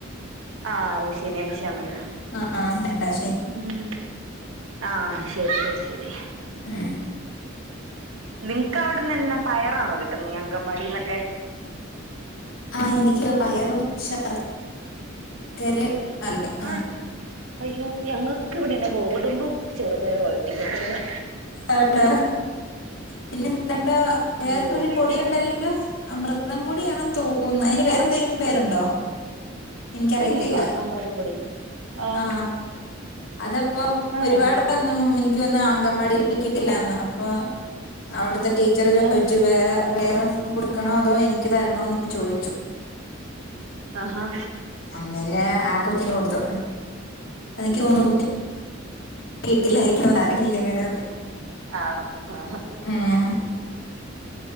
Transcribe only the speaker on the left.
ആഹ ഇണ്ടായി.
ഏ
ആ എനിക്ക് പയറും ശർക്കരെ
ആ.
ആണോ പിന്നെ ന്താണ്ടോ വേറൊരു
പൊടിയൊണ്ടല്ലോ? അമൃതം പൊടിയാണെന്ന് തോന്നുന്നു അയ്ൻ വേറെന്തെങ്കിലും പേരുണ്ടോ? എനിക്കറിയത്തില്ല
അ ആ അതപ്പോ
ഒരുപാട് ഒന്നും എനിക്കൊന്നും അങ്കൻവാടിയിൽ കിട്ടില്ലാന്ന്. അപ്പൊ അവിടുത്തെ ടീച്ചറ് ചോദിച്ചു
വേറെ വേറെ കൊടുക്കണോ അതോ എനിക്ക് നിക്ക് തരണോന്ന് ചോയ്ച്ചു.
അങ്ങനെ ആ കൊച്ചിനെ കൊട്ത്തു. അതെനിക്ക് തോന്നുന്നു യിരിക്കുംന്ന് അറിയില്ലങ്ങനന്ന്
ഉം